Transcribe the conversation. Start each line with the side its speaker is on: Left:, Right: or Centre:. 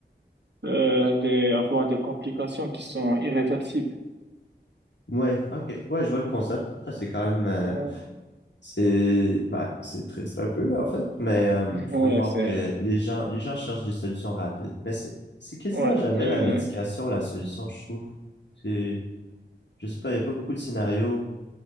Right: euh, des- avoir des complications qui sont irréversibles.
Left: Ouais, ok. Ouais, je vois le concept. Ah, c'est quand même. euh,
Right: Ouais,
Left: C'est bah, c'est triste un peu, en fait, mais euh,
Right: <laughs>
Left: je
Right: Ouais,
Left: peux voir
Right: c'est
Left: que les gens, les gens cherchent des solutions rapides. Mais c'est c'est quasiment
Right: ouais,
Left: jamais
Right: mais euh,
Left: la médication la solution, je trouve. C'est, je sais pas, il n'y a pas beaucoup de scénarios.